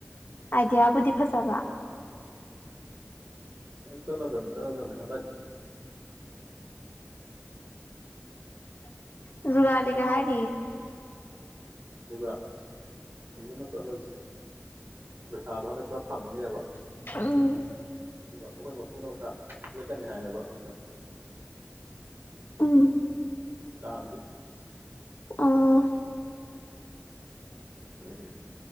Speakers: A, on the left (about 45°); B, on the right (about 50°).
A: ꯑꯥꯏꯗꯤꯌꯥꯕꯨꯗꯤ ꯐꯖꯕ
B: ꯆꯠꯂꯗꯝꯅꯤ ꯆꯠꯂꯗꯝꯅꯤ ꯍꯟꯗꯛ
A: ꯨꯖꯨꯒꯥꯂꯤꯒ ꯍꯥꯏꯔꯤꯌꯦ
B: ꯑꯗꯨꯒ ꯐꯖꯅ ꯆꯠꯂꯁꯤ ꯄꯩꯁꯥꯗꯣ ꯍꯟꯗꯛ ꯈꯔ ꯐꯪꯅꯦꯕ
A: ꯎꯝ
B: ꯑꯗꯨꯒ ꯃꯈꯣꯏ ꯃꯄꯨꯅ ꯄꯩꯁꯥ ꯄꯤꯔꯛꯀꯅꯤ ꯍꯥꯏꯌꯦꯕ ꯍꯟꯗꯛ
A: ꯎꯝ
B: ꯀꯥꯥ
A: ꯑꯥ
B: ꯑꯗꯨꯅꯤ